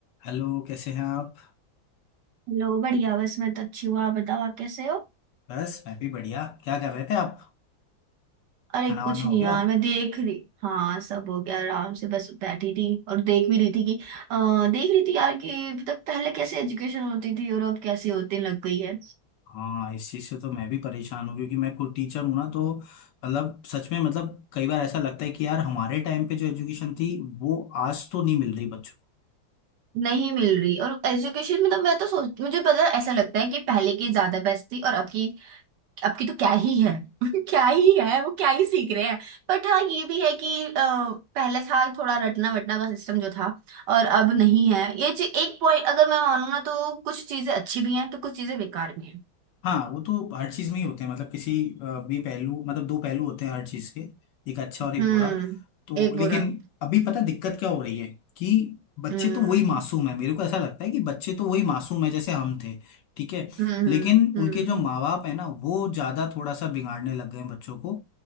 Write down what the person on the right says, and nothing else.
लो बढ़िया बस मैं तो अच्छी हूँ आप बताओ आप कैसे हो
अरे
कुछ
नहीं
यार मैं देख रही हाँ सब हो गया आराम से बस बैठी थी और देख भी रही थी कि आ, देख रही थी यार कि मतलब पहले कैसे एजुकेशन होती थी और अब कैसे होती लग गई है
नहीं मिल रही और एजुकेशन मतलब मैं तो सोच मुझे पता ऐसा लगता है कि पहले की ज्यादा बेस्ट थी और अब की अब की तो क्या ही है <laughs> क्या ही है वो क्या ही सीख रहे हैं बट हाँ ये भी है कि अ, पहले था थोड़ा रटना वटना का सिस्टम जो था और अब नहीं है ये चीज एक पॉइंट अगर मैं मानूँ ना तो कुछ चीजें अच्छी भी हैं तो कुछ चीजें बेकार भी हैं
हम्म
एक
बुरा
हम्म
हम्म
हम्म